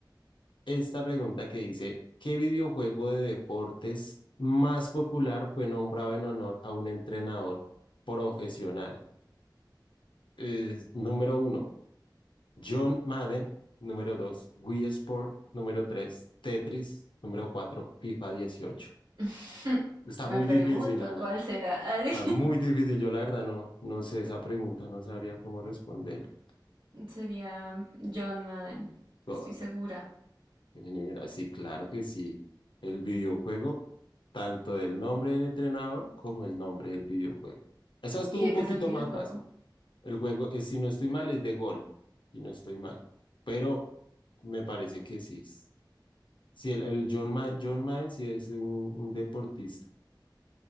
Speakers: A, on the left (about 80°); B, on the right (about 65°).
A: esta pregunta que dice, ¿qué videojuego de deportes más popular fue nombrado en honor a un entrenador profesional? eh, número uno, John Madden. Número dos, Wii Sport. Número tres, Tetris. Número cuatro, FIFA 18.
B: <laughs>
A: Está
B: Me
A: muy
B: pregunto
A: difícil, Ana.
B: cuál será. <laughs>
A: Está muy difícil. Yo, la verdad, no, no sé esa pregunta, no sabría cómo responder.
B: Sería John Madden.
A: Correcto.
B: Estoy segura.
A: Vení, mira, Sí, claro que sí. El videojuego, tanto el nombre del entrenador como el nombre del videojuego. Esa estuvo
B: ¿Y de
A: un poquito
B: qué es el videojuego?
A: más fácil. El juego, es, si no estoy mal, es de golf, si no estoy mal. Pero me parece que sí. Sí, el, el John, Ma- John Maine sí es un, un deportista,